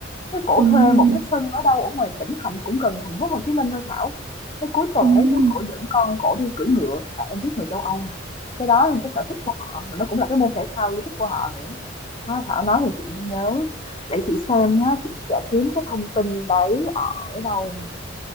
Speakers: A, on the left (about 25°); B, on the right (about 50°).
A: Cái cổ
B: đúng,
A: thuê một cái sân ở đâu ở ngoài tỉnh thành cũng gần thành phố Hồ Chí Minh thôi Thảo. Cái cuối tuần
B: đúng,
A: ấy cứ
B: đúng,
A: cổ dẫn con cổ đi cưỡi ngựa tại em biết người châu Âu mà. Cái đó là cái sở thích của họ mà nó cũng là cái môn thể thao yêu thích của họ nữa. Đó, Thảo nói thì chị mới nhớ. Để chị xem nhá, chị sẽ kiếm cái thông tin đấy ở đâu